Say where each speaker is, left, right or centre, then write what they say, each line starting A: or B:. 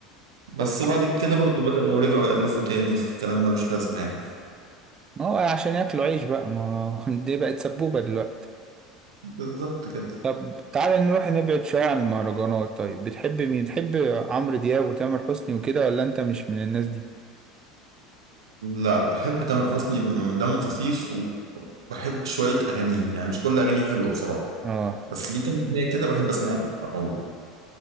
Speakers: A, on the right (about 80°); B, on the right (about 25°).
A: بس
B: طب
A: بعد كده برضو بدأوا رجعوا يألفوا تاني في كلام ملوش لازمة يعني
B: ما هو عشان ياكلوا عيش بقى ما هو <laughs> دي بقت سبوبة دلوقتي
A: بالظبط كده
B: طب تعالى نروح نبعد شوية عن المهرجانات طيب بتحب مين تحب عمرو دياب وتامر حسني وكده ولا انت مش من الناس دي
A: لا بحب تامر حسني دمه خفيف وبحب شوية أغانيه يعني مش كل أغانيه حلوة بصراحة
B: اه
A: بس ليه كام أغنية كده بحب أسمعهم أوي